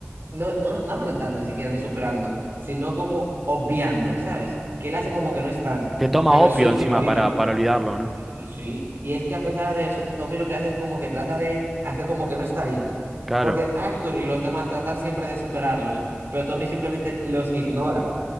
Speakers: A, on the right; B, in the centre.
A: no, no, no afrontando ni siquiera ni superando, sino como obviando, ¿sabes? Que él hace como que no están,
B: Que toma
A: pero él
B: opio
A: sufre
B: encima
A: igualito.
B: para, para olvidarlo, ¿no?
A: Sí, sí. Y es que a pesar de eso, Tommy lo que hace es como que trata de hacer como que no está ahí.
B: Claro.
A: Porque Arthur y los demás tratan siempre de superarlos, pero Tommy simplemente los ignora.